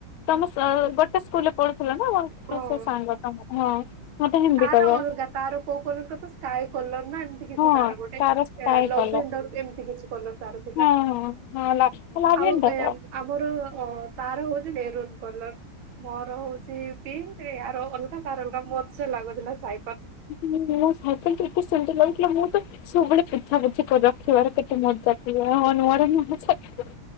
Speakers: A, on the left; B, on the right.
A: ତମ ସେ ଗୋଟେ ସ୍କୁଲରେ ପଢ଼ୁଥିଲ ନା
B: ହଁ
A: ସେ-ସେ ସାଙ୍ଗ ତମ ହଁ, ମତେ ହିନ୍ଦୀ
B: ତାର
A: କହିବ
B: ଅଲଗା ତାର କୋଉ କଲର କ ତ ସ୍କାଏ କଲର ନା ଏମ୍, ସେ କିଛି
A: ହଁ
B: ତାର ଗୋଟେ
A: ସ୍କାଏ
B: ଲଭେଣ୍ଡର
A: କଲର
B: ଏମିତି କିଛି କଲର ତାର ଥିଲା,
A: ହଁ ହଁ ହଁ ଲାଭ୍ ଲାଭେଣ୍ଡ
B: ଆଉ ଏ,
A: କ,
B: ଆମର ଅ ତାର ହଉଛି ମେରୁନ୍ କଲର୍, ମୋର ହଉଛି ପିଙ୍କ୍ ଇଆର ଅଲଗା ତାର ଅଲଗା ମଜା ଲାଗୁଥିଲା ସାଇକଲ,
A: ମୁଁ ସାଇକଲ ତ ଏତେ ସୁନ୍ଦର ଲାଗୁଥିଲା ମୁଁ ତ, ସବୁବେଳେ ପୋଛା ପୋଛି କରି ରଖିବାର କେତେ ମଜା ପ ନୁଆର <unintelligible>